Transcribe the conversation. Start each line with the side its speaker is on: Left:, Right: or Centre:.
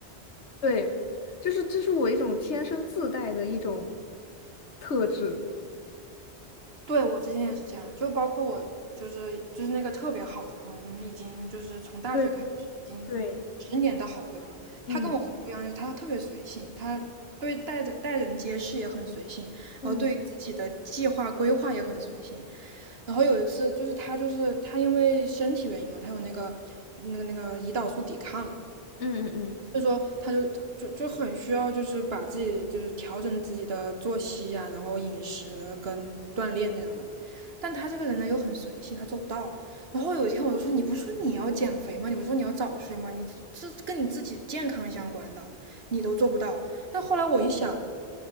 Left: 对，就是这是我一种天生自带的一种特质。
Right: 对我之前也是这样，就包括我就是就是那个特别好的朋友，我们已经就是从大学开始已经
Left: 对。对，
Right: 十年的好朋友了。他跟我很不一样，
Left: 嗯
Right: 就是他特别随性，他对待人待人接事也很随性，
Left: 嗯
Right: 然后对于自己的计划规划也很随性。然后有一次就是他就是他因为身体原因嘛，他有那个那个那个胰岛素抵抗，
Left: 嗯嗯嗯
Right: 所以说他就就就很需要就是把自己就是调整自己的作息啊，然后饮食跟锻炼这样的。但他这个人呢又很随性，他做不到。然后有一天我就说，你不是说你要减肥吗？你不是说你要早睡吗？你这跟你自己健康相关的，你都做不到。但后来我一想，